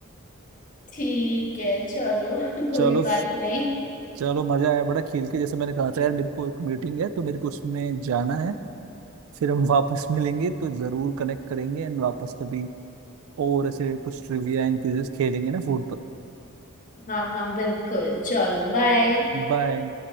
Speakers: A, on the left (about 40°); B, on the right (about 70°).
A: ठीक है चलो कोई
B: चलो
A: बात नहीं
B: चलो मजा आया बड़ा खेल के जैसे मैंने कहा था यार मेरे को एक मीटिंग है तो मेरे को उसमें जाना है फिर हम वापस <laughs> मिलेंगे तो जरूर कनेक्ट करेंगे एंड वापस कभी और ऐसे कुछ ट्रिविया एंड क्विजेस खेलेंगे ना फूड पर
A: हाँ हाँ बिल्कुल चलो बाय
B: बाय